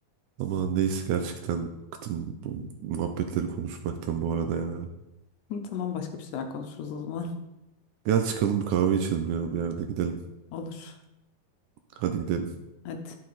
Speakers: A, on the right; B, on the left.
A: Ama neyse gerçekten bıktım bu muhabbetleri konuşmaktan bu arada ya.
B: <laughs> Tamam başka bir şeyler konuşuruz o zaman.
A: Gel çıkalım bir kahve içelim ya bir yerde gidelim.
B: Olur.
A: Hadi gidelim.
B: Hadi.